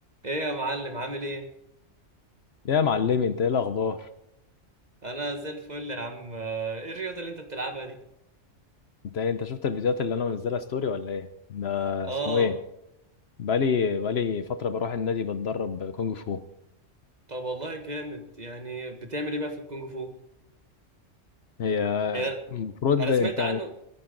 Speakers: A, on the right; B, on the left.
A: ايه يا معلم عامل ايه
B: يا معلمي انت ايه الاخبار
A: انا زي الفل يا عم آه، ايه الرياضه اللي انت بتلعبها دي
B: انت ايه، انت شفت الفيديوهات اللي انا منزلها ستوري ولا ايه ده اسمه
A: اه
B: ايه بقالي بقالي فتره بروح النادي بتدرب كونج فو
A: طب والله جامد يعني بتعمل ايه بقى في الكونغ فو
B: هي
A: يعني انا
B: المفروض
A: أنا سمعت
B: انت
A: عنه